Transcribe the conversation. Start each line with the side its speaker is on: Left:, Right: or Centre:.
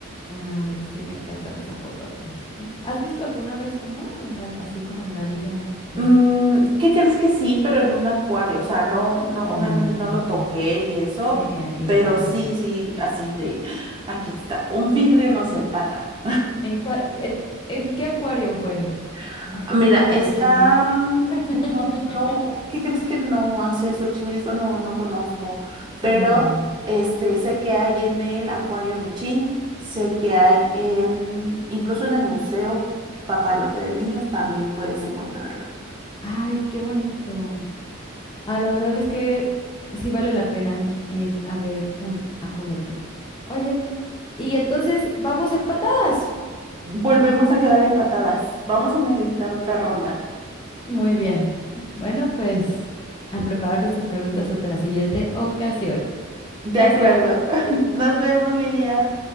Left: Ay, sí, me encantan los ajolotes. Mm, ¿Has visto alguna vez uno en la, así como en la vida real?
Right: Mm, ¿qué crees que sí, pero en un acuario? O sea, no, no,
Left: Ah,
Right: obviamente no lo toqué y eso,
Left: sí, igual
Right: pero sí,
Left: a mí.
Right: sí, así de, ¡ah! aquí está, un vidrio nos separa.
Left: ¿En, cua- en, en qué acuario fue?
Right: <laughs>
Left: ¿No fue
Right: Mira,
Left: en uno de
Right: están
Left: Xochimilco? <laughs>
Right: unos, no, ¿qué crees que no hace Xochimilco? No, no conozco, pero
Left: Ah,
Right: este, sé que hay en el Acuario Michín, sé que hay en, incluso en el Museo Papalote del Niño también puedes encontrarlo.
Left: ay, qué bonito. Ay, la verdad es que sí vale la pena ir a ver un ajolote. Oye, y entonces vamos empatadas.
Right: Volvemos a quedar empatadas. Vamos a necesitar otra ronda.
Left: Muy bien. Bueno, pues a preparar nuestras preguntas hasta la siguiente ocasión.
Right: De
Left: Gracias.
Right: acuerdo. <laughs> Nos vemos, Lilia.